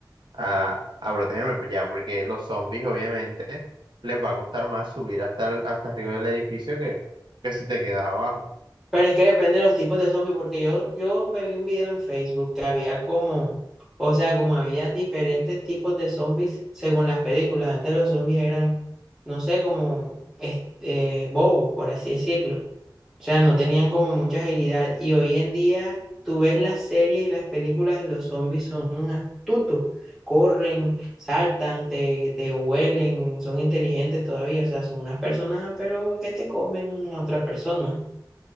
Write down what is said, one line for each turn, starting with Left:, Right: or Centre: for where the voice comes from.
Right: a, a protegerme, pues ya, porque los zombies obviamente les va a costar más subir hasta, el- hasta arriba del edificio que, que si te quedas abajo.
Centre: Pero es que depende de los tipos de zombies, porque yo, yo me vi un video en Facebook que había como, o sea, como había diferentes tipos de zombies según las películas. Antes los zombies eran, no sé, como este, eh, bobos, por así decirlo. O sea, no tenían como mucha agilidad. Y hoy en día tú ves las series y las películas de los zombies son astutos. Corren, saltan, te, te huelen, son inteligentes todavía. O sea, son unas personas, pero que te comen a otras personas.